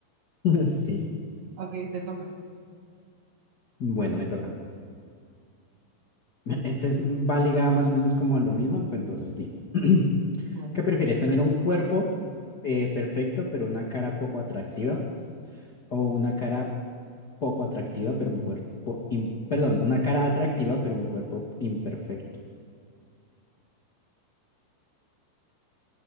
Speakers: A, on the left (about 85°); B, on the right (about 45°).
A: <laughs> Sí.
B: Ok, te toca.
A: Bueno, me toca. Este es, va ligada más o menos como a lo mismo, pues entonces di. <clears throat>
B: Bueno.
A: ¿Qué prefieres? ¿Tener un cuerpo eh, perfecto pero una cara poco atractiva? ¿O una cara poco atractiva pero un cuerpo... im- Perdón, una cara atractiva pero un cuerpo imperfecto?